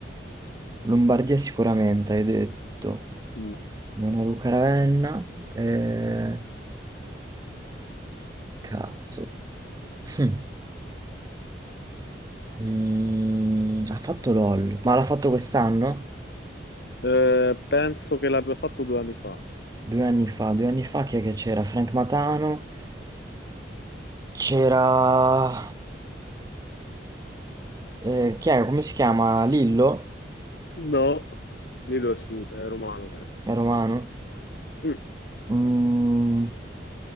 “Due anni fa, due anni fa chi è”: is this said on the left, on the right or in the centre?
Right